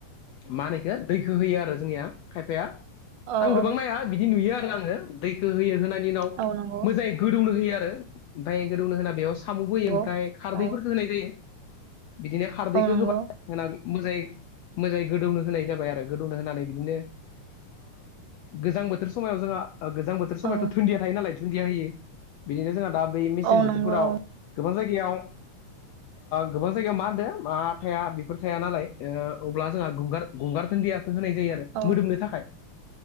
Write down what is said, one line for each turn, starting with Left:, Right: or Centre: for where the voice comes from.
Left: मा होनोखो दैखो होयो आरो जोंनिया खायफाया।
Right: औ
Left: आं गोबां
Right: औ
Left: नाया बिदि नुयो आरो आङो दैखौ होयो होनायनि उनाव
Right: औ नंगौ
Left: मोजाङै गोदौनो होयो आरो। ओमफ्राय गोदौनो होना बेयाव साम'बो होयो
Right: नंगौ
Left: ओमफ्राय खारदैफोरखौ
Right: औ
Left: होनाय जायो। बिदिनो खारदैखौ
Right: औ नंगौ
Left: होबाय होना मोजाङै मोजाङै गोदौनो होनाय जाबाय आरो गोदौनो होनानै बिदिनो गोजां बोथोर बोथोर समायाव जोंहा गोजां बोथोर समायावथ'
Right: औ
Left: दुदिया थायो नालायुन्दिया होयो बिदिनो जोंहा दा बे मेसें
Right: औ
Left: बोथोरफोराव
Right: नंगौ औ
Left: गोबां जायगायाव गोबां जायगायाव मा होनदों मा थाया बेफोर थाया नालाय अब्ला जोंहा गगार गंगार थोनन्दिया होनाय जायो आरो
Right: औ
Left: मोदोमनो थाखाय